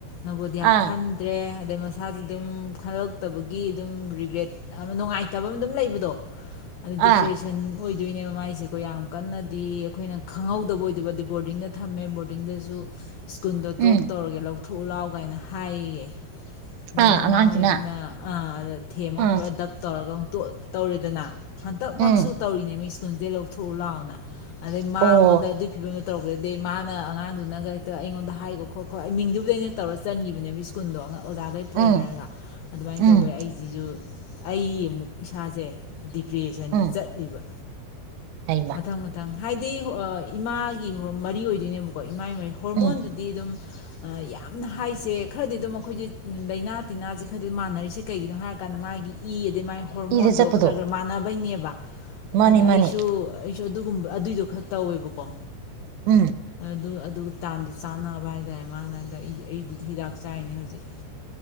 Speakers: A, on the left; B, on the right.
A: ꯅꯕꫭꯗꯤꯌꯥ
B: ꯑꯥ
A: ꯈꯟꯗ꯭ꯔꯦ ꯑꯗꯩ ꯃꯁꯥꯖꯤ ꯑꯗꯨꯝ ꯈꯜꯂꯛꯇꯕꯒꯤ ꯗꯨꯝ ꯔꯤꯒ꯭ꯔꯦꯠ ꯑꯃ ꯅꯨꯡꯉꯥꯏꯇꯕ ꯑꯝ ꯗꯨꯝ ꯂꯩꯕꯗꯣ ꯑ ꯗꯤꯄ꯭ꯔꯦꯁꯟ
B: ꯑꯥ
A: ꯑꯣꯏ ꯗꯨꯗꯏꯅꯦꯕ ꯃꯥꯏꯁꯦꯀꯣ ꯌꯥꯝ ꯀꯟꯅꯗꯤ ꯑꯈꯣꯏꯅ ꯈꯪꯍꯧꯗꯕ ꯑꯣꯏꯗꫭꯏꯕ ꯗ ꯕꯣꯔꯗꯤꯡꯗ ꯊꯝꯃꯦ ꯕꯣꯔꯗꯤꯡꯗꯁꯨ ꯁ꯭ꯀꯨꯟꯗꫭ
B: ꯎꯝ
A: ꯗ꯭ꯔꫭꯞ ꯇꯧꯔꯒꯦ ꯂꯧ ꯊꯨꯎ ꯂꯥꯎ ꯀꯥꯏꯅ ꯍꯥꯏ ꯏꯌꯦ ꯑꯗ
B: ꯑꯥ
A: ꯃꯃꯥ
B: ꯑꯉꯥꯡꯁꯤꯅ
A: ꯍꯣꯏꯁꯤꯅ ꯑ ꯅ ꯊꯦꯝꯃ
B: ꯎꯝ
A: ꯇꯧꯔꯒ ꯑꯃꯨꯛ ꯇꫭꯛ ꯇꯧꯔꯦꯗꯅ ꯍꯟꯇꯛ ꯃꯛꯁꯨ
B: ꯎꯝ
A: ꯇꯧꯔꯤꯅꯦ ꯃꯤ ꯂꯣꯟꯟꯖꯦꯜ ꯂꯧꯊꯣꯛꯎ ꯂꯥꯎ ꯑꯗꯩ ꯃꯉꯣꯟꯗ
B: ꯑꯣ
A: ꯑꯗꯨꯏ ꯐꯤꯕꯝꯗ ꯇꯧꯒꯗꯗꯤ ꯃꯥꯅ ꯑꯉꯥꯡꯗꯨꯅꯒ ꯍꯦꯛꯇ ꯑꯩꯉꯣꯟꯗ ꯍꯥꯏꯈꯣ ꯈꯣꯠꯀꯣ ꯑꯩ ꯃꯤꯡꯗꯨꯕꯨ ꯂꯩꯅ ꯇꯧꯔ ꯆꯟꯈꯤꯕꯅꯦꯕ ꯁ꯭ꯀꯨꯜꯗꯣ ꯑ ꯑꯣꯖꯥꯈꯩ ꯐꯩ
B: ꯎꯝ
A: ꯍꯥꯏꯔꯒ ꯑꯗꯨꯃꯥꯏꯅ
B: ꯎꯝ
A: ꯇꯧꯋꯦ ꯑꯩꯁꯤꯁꯨ ꯑꯩ ꯑꯃꯨꯛ ꯏꯁꯥꯁꯦ ꯗꯤꯄ꯭ꯔꯦꯁꯟꯗꯨ
B: ꯎꯝ
A: ꯆꯠꯂꯤꯕ
B: ꯍꯩꯃ
A: ꯃꯊꯪ ꯃꯊꯪ ꯍꯥꯏꯗꯤ ꯏꯃꯥꯒꯤ ꯃꯔꯤ ꯑꯣꯏꯗꯣꯏꯅꯦꯕꯀꯣ ꯃꯥꯏ ꯃꯥꯏ ꯍꯣꯔꯃꯣꯟꯗꯨꯗꯤ
B: ꯎꯝ
A: ꯑꯗꯨꯝ ꯌꯥꯝꯅ ꯍꯥꯏꯁꯦ ꯈꯔꯗꯤ ꯑꯗꯨꯝ ꯑꯩꯈꯣꯏꯁ ꯂꯥꯏꯅꯥ ꯇꯤꯟꯅꯥꯁꯦ ꯈꯔꯗꯤ ꯑꯗꯨꯝ ꯃꯥꯟꯅꯔꯤꯁꯦ ꯀꯩꯒꯤꯅꯣ ꯍꯥꯏꯔꯀꯥꯟꯗ ꯃꯥꯒꯤ ꯏ ꯑꯗꯩ ꯃꯥꯏ ꯍꯣꯔꯃꯣꯟꯗꯣ
B: ꯏꯗ ꯆꯠꯄꯗꯣ
A: ꯈꯔ ꯈꯔ ꯃꯥꯟꯅꯕꯩꯅꯦꯕ
B: ꯃꯥꯅꯤ
A: ꯑꯗꯨꯅ ꯑꯩꯁꯨ
B: ꯃꯥꯅꯤ
A: ꯁꯨ ꯑꯗꯨꯒꯨꯝꯕ ꯑꯗꯨꯏꯗꯣ ꯈꯔ ꯇꯧꯋꯦꯕꯀꯣ
B: ꯎꯝ
A: ꯑꯗꯨ ꯑꯗꯨ ꯇꯥꯟꯗꯨ ꯆꯥꯟꯅꯕ ꯍꯥꯏꯇꯥꯔꯦ ꯃꯥꯏꯗ ꯑꯩ ꯑꯩꯕꯨꯗꯤ ꯍꯤꯗꯥꯛ ꯆꯥꯏꯅꯦ ꯍꯧꯖꯤꯛ